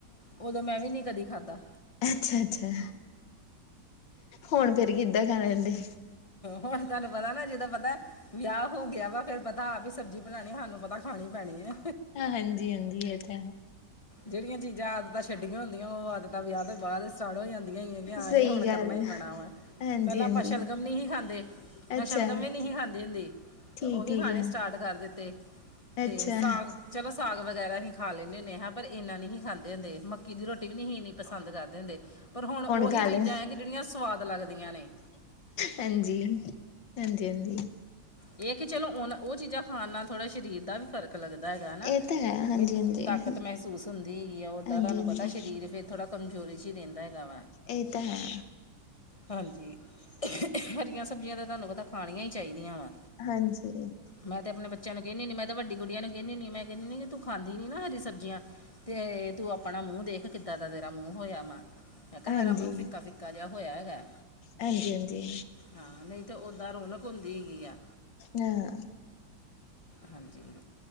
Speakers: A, on the left (about 25°); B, on the left (about 75°).
A: ਉਦੋਂ ਮੈਂ ਵੀ ਨਹੀ ਕਦੀ ਖਾਧਾ।
B: ਅੱਛਾ -ਅੱਛਾ ਹੁਣ ਫਿਰ ਕਿੱਦਾਂ ਖਾਣ ਲੈਂਦੇ?
A: ਹੁਣ ਤੁਹਾਨੂੰ ਪਤਾ ਨਾ ਜਿੱਦਾ ਪਤਾ ਵਿਆਹ ਹੋ ਗਿਆ ਵਾ, ਫੇਰ ਪਤਾ ਆਪ ਹੀ ਸਬਜ਼ੀ ਬਣਾਉਣੀ, ਸਾਨੂੰ ਪਤਾ ਖਾਣੀ ਪੈਣੀ ਐ।
B: ਹ ਹਾਂਜੀ- ਹਾਂਜੀ ਇਹ ਤਾਂ ਹੈ।
A: ਜਿਹੜੀਆਂ ਚੀਜ਼ਾਂ, ਆਦਤਾਂ ਛੱਡੀਆਂ ਹੁੰਦੀਆਂ ਉਹ ਆਦਤਾਂ ਵਿਆਹ ਤੋਂ ਬਾਅਦ ਸੜ ਹੋ ਜਾਂਦੀਆਂ ਹੈਗੀਆਂ,
B: ਸਹੀ
A: ਇਹ ਹੁਣ
B: ਗੱਲ
A: ਕਰਨਾ ਹੀ ਪੈਣਾਵਾ,
B: ਹਾਂਜੀ-ਹਾਂਜੀ
A: ਪਹਿਲਾਂ ਆਪਾਂ ਸ਼ਲਗਮ ਨਹੀਂ ਸੀ ਖਾਂਦੇ।
B: ਅੱਛਾ
A: ਮੈਂ ਸ਼ਲਗਮ ਵੀ ਨਹੀਂ ਸੀ ਖਾਂਦੀ ਹੁੰਦੀ,
B: ਠੀਕ-ਠੀਕ
A: ਤੇ ਉਹ ਵੀ ਖਾਣੇ
B: ਆ
A: ਸਟਾਟ ਕਰ ਦਿੱਤੇ, ਤੇ
B: ਅੱਛਾ
A: ਸਾਗ ਚਲੋ ਸਾਗ ਵਗੈਰਾ ਹੀਂ ਖਾ ਲੈਂਨੇ ਹੁੰਨੇ ਆ। ਪਰ ਇੰਨਾ ਨਹੀਂ ਸੀ ਖਾਂਦੇ ਹੁੰਦੇ, ਮੱਕੀ ਦੀ ਰੋਟੀ ਵੀ ਨਹੀਂ ਇੰਨੀ ਪਸੰਦ ਕਰਦੇ ਹੁੰਦੇ, ਪਰ ਹੁਣ ਉਹੀ
B: ਖਾ
A: ਚੀਜ਼ਾਂ
B: ਲੈ
A: ਹੈ ਜਿਹੜੀਆਂ ਸਵਾਦ ਲੱਗਦੀਆਂ ਨੇ।
B: ਹਾਂਜੀ -ਹਾਂਜੀ -ਹਾਂਜੀ!
A: ਇਹ ਕਿ ਚਲੋ ਉਣ ਉਹ ਚੀਜ਼ਾਂ ਖਾਣ ਨਾਲ ਥੋੜ੍ਹਾ ਸਰੀਰ ਦਾ ਵੀ ਫਰਕ ਲੱਗਦਾ ਹੈਗਾ ਹਨਾ,
B: ਇਹ ਤਾਂ ਹੈ ਹਾਂਜੀ-ਹਾਂਜੀ
A: ਵੀ ਤਾਕਤ ਤ ਮਹਿਸੂਸ ਹੁੰਦੀ ਹੈਗੀ ਆ, ਓਦਾਂ
B: ਹਾਂਜੀ
A: ਤੁਹਾਨੂੰ
B: ਹਾਂਜੀ
A: ਪਤਾ ਸਰੀਰ ਫਿਰ ਥੋੜਾ ਕਮਜੋਰੀ ਚ ਹੀ ਰਹਿੰਦਾ।
B: ਇਹ ਤਾਂ ਹੈ
A: ਹਾਂਜੀ, ਹਰੀਆਂ ਸਬਜ਼ੀਆਂ ਤਾਂ ਤੁਹਾਨੂੰ ਪਤਾ ਖਾਣੀਆਂ ਹੀ ਚਾਹੀਦੀਆਂ ਵਾ।
B: ਹਾਂਜੀ।
A: ਮੈਂ ਤੇ ਆਪਣੇ ਬੱਚਿਆਂ ਨੂੰ ਕਹਿਨੀ ਹੂਨੀ ਆ, ਮੈਂ ਤੇ ਵੱਡੀ ਗੁੜੀਆਂ ਨੂੰ ਹੀ ਕਹਿਨੀ ਹੂਨੀ ਆ, ਮੈਂ ਕਹਿ ਦੈਨੀ ਆ ਤੂੰ ਖਾਦੀ ਨੀ ਨਾ ਹਰੀ ਸਬਜੀ ਤੇ ਤੂੰ ਆਪਣਾ ਮੂੰਹ ਦੇਖ ਕਿੱਦਾਂ ਦਾ ਤੇਰਾ ਮੂੰਹ ਹੋਇਆ ਵਾ, ਮੈਂ ਕਿਹਾ
B: ਹਾਂਜੀ
A: ਤੇਰਾ ਮੂੰਹ ਫਿੱਕਾ -ਫਿੱਕਾ ਫਿੱਕਾ ਜਿਹਾ ਹੋਇਆ ਹੈਗਾ।
B: ਹਾਂਜੀ- ਹਾਂਜੀ।
A: ਹਾਂ, ਨਈ ਤਾਂ ਓਦਾਂ ਰੌਣਕ ਹੁੰਦੀ ਹੈਗੀ ਆ।
B: ਹਾਂ।
A: ਹਾਂਜੀ,